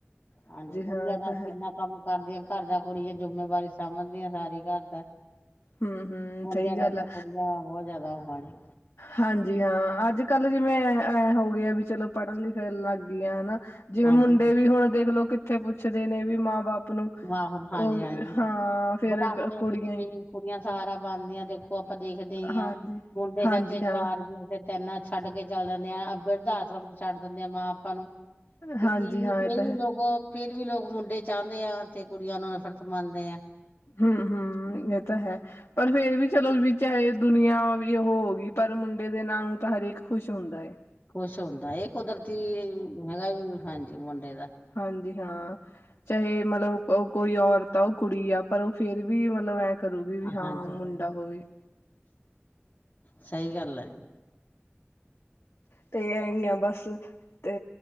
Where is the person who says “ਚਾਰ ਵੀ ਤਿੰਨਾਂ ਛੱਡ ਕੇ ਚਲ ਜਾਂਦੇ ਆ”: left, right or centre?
Left